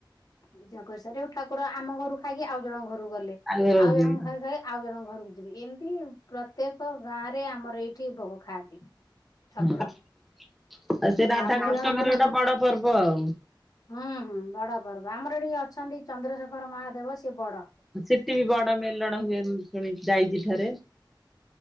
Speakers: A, on the left (about 50°); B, in the centre.
A: ପୂଜା କରିସାରିବୁ ଠାକୁର ଆମ ଘରୁ ଖାଇକି ଆଉ ଜଣ ଘରୁକୁ ଗଲେ।
B: ଘର
A: ଆଉ
B: ଯିବେ
A: ଜଣଙ୍କ ଖାଇ ଖାଇ ଆଉ ଜଣଙ୍କ ଘରକୁ ଯିବି ଏମିତି ପ୍ରତ୍ୟେକ ଗାଁ ରେ ରେ ଆମର ଏଇଠି ଭୋଗ ଖାଆନ୍ତି। ଠାକୁର
B: ହୁଁ। ଆଉ ସେ ରାଧା,
A: ଆଉ ମେଲଣ
B: କୃଷ୍ଣଙ୍କର
A: ଦିନ
B: ଗୋଟେ ବଡ ପର୍ବ ଆଉ।
A: ହୁଁ ହୁଁ ବଡ ପର୍ବ ଆମର ଏଠି ଅଛନ୍ତି ଚନ୍ଦ୍ରଶେଖର ମହାଦେବ, ସିଏ ବଡ
B: ସେଠି ବି ବଡ ମେଲଣ ହୁଏ ମୁ ଶୁଣିଛି ଯାଇଛି ଥରେ।